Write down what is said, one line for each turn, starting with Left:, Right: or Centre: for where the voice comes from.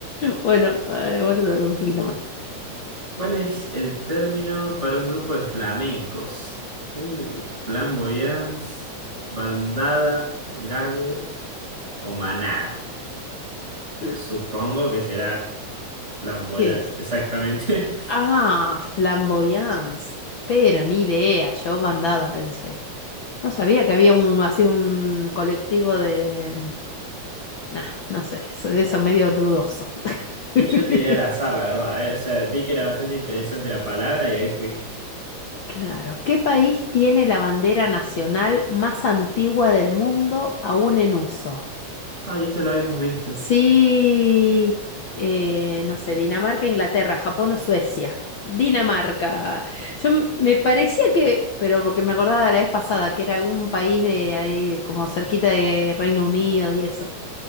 Left: Bueno, eh, guarda un poquito más.
Right: ¿Cuál es el término para un grupo de flamencos? Uh, flamboyance, bandada, gag o manada.
Left: Mm,
Right: Supongo que será flamboyance,
Left: ¿Qué?
Right: exactamente.
Left: Ah,
Right: <laughs>
Left: flamboyance. Pero ni idea, yo bandada pensé. No sabía que había un así un colectivo de... Nah, no sé, eso, eso medio dudoso.
Right: Y
Left: <laughs>
Right: yo tiré al azar, la verdad, eh. O sea, vi que era bastante interesante la palabra y ahí fui.
Left: Claro. ¿Qué país tiene la bandera nacional más antigua del mundo aún en uso?
Right: Ah, esto lo habíamos visto.
Left: Sí, eh, no sé, Dinamarca, Inglaterra, Japón o Suecia. Dinamarca. Yo m- me parecía que, pero porque me acordaba de la vez pasada, que era algún país de ahí, de como cerquita de Reino Unido y eso.